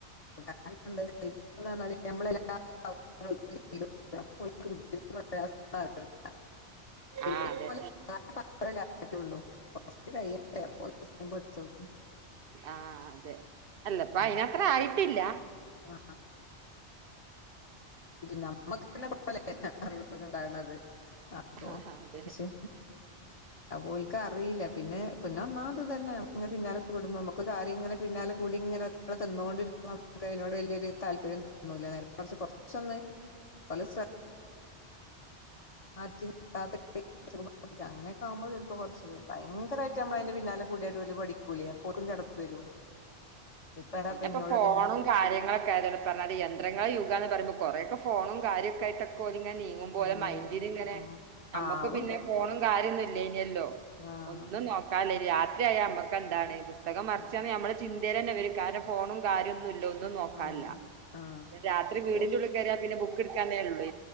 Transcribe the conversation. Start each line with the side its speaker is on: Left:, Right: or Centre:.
Left: കാരണം എന്താന്ന് വെച്ച് കഴിഞാല് നമ്മളെല <unintelligible> <unintelligible>
Right: ആഹ് അതെ
Left: കുറച്ചൂടെ കഴിയട്ടെ സ്വയം പഠിച്ചോളൂ
Right: ആ അതെ അല്ല ഇപ്പം
Left: ഉം.
Right: അയിനാത്രം ആയിട്ടില്ല.
Left: <unintelligible> ആ ഞമ്മക്കന്നെ <unintelligible> ഉണ്ടാണത് അപ്പൊ
Right: ആഹ് അതെ
Left: പക്ഷെ ഓലക്ക് അറില്ല പിന്നെ പിന്നെ ഒന്നാമത് ഇത് തന്നെ ഇ പിന്നാലെ കുടുമ്പോം നമുക്ക ആ ഇങ്ങനെ പിന്നാലെ കൂടി ഇങ്ങനെ അവിടെ തിന്നുകൊണ്ടിരിക അതിനോട് വലിയൊരു താല്പര്യം തോന്നുല നേരെ മറിച് കുറച്ചൊന്ന ഓലെ മാറ്റി ന <unintelligible> അങ്ങനെയൊക്കെ ആകുമ്പോൾ ചെർപ്പോ കുറച്ച് ഭയങ്കരയിട്ട് നമ്മളതിന്റെ
Right: ആഹ്
Left: പിന്നാലെ കൂടിയല് ഓല് പഠിക്കൂലേ അപ്പോൽക്കും ചടപ്പ് വരും. ഇതിപ്പ ഏതാപ്പ
Right: പിന്നെ ഇപ്പോ
Left: എന്നോട്
Right: ഫോണും
Left: ഇതിങ്ങ
Right: കാര്യങ്ങളൊ <unintelligible> യന്ത്രങ്ങളെ യുഗന്ന് പറുമ്പോ കുറേക്കെ ഫോണും കാര്യക്കെയായിട്ടൊല്ങ്ങനെ നീ ങ്ങുമ്പോലെ
Left: ആ നീങ്ങും
Right: മൈൻ്റിലിങ്ങനെ
Left: ആ
Right: നമ്മക്ക്
Left: ആവുണ്ട്
Right: പിന്നെ ഫോണും കാര്യം ഒന്നും ല്ലെയ്ഞ്ഞല്ലൊ
Left: ആ ഉണ്ട് ആഹ്
Right: ഒന്നും നോക്കാൻ ല്ല രാത്രിയയാ നമ്മക്ക് എന്താണ് പുസ് തകം മറിച്ചാന്ന്
Left: ആഹ്
Right: നമ്മളെ ചിന്തയി ലെന്നെ വരും കാരണം ഫോണും കാര്യൊന്നും ഇല്ല ന്നും നോക്കാൻല്ല
Left: ആഹ് ആഹ്
Right: പ്പ രാത്രി വീടിന്റെ
Left: ഓ
Right: ുള്ളിൽ കയറ്യാ പിന്നെ ബുക്ക് എടുക്കന്നേ ഉള്ളൂ.